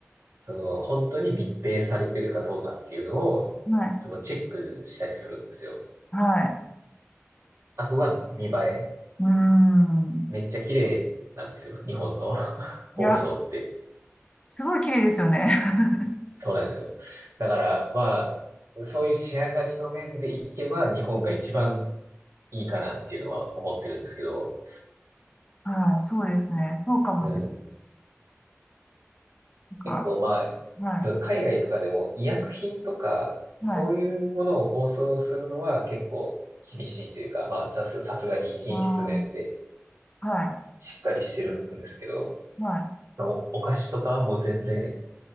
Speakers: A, on the right; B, on the left.
A: その、本当に密閉されてるかどうかっていうのを、
B: はい、
A: そのチェックしたりするんですよ。
B: はい。
A: あとは見栄え。
B: うーん。
A: めっちゃ綺麗なんですよ。日本の <laughs> 放送って。
B: いや、すごい綺麗ですよね。<laughs>
A: そうなんですよ。だから、まあ、そういう仕上がりの面でいけば日本が一番いいかなっていうのは思ってるんですけど、
B: はい、そうですね。そうかもしれ
A: うん。結構まあ、
B: ない。はい、
A: そう海外とかでも医薬品とか、そういうものを放送するのは結構厳しいというか、
B: はい、
A: まあ、さす、さすがに品質面で
B: ああ、はい、
A: しっかりしてるんですけど、
B: はい。
A: まあお、お菓子とかはもう全然